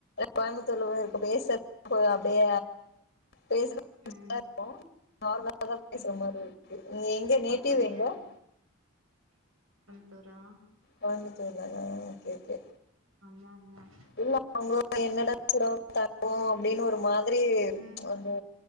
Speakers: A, on the left; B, on the right.
A: கோயமுதூர்ல <inaudible> போய் இருக்கு பேசுறதுக்கு அப்டியே பேச <inaudible> இருப்போ
B: ம்
A: நார்மலா தான் பேசுற
B: ம்
A: மாதிரி இருக்கு எங்க நேட்டிவ்
B: அப்படியா
A: எங்க <inaudible>
B: துற <unintelligible>
A: கோயமத்துர்ல <unintelligible> ஓகேகே
B: வாம்மா <unintelligible>
A: இல்ல அவுங்க என்னட <inaudible> ஓ அப்டின்னு ஒரு மாதிரி
B: ம்
A: வந்து